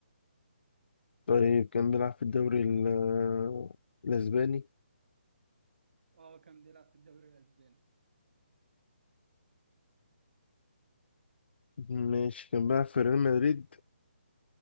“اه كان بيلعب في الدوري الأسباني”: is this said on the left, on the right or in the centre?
Right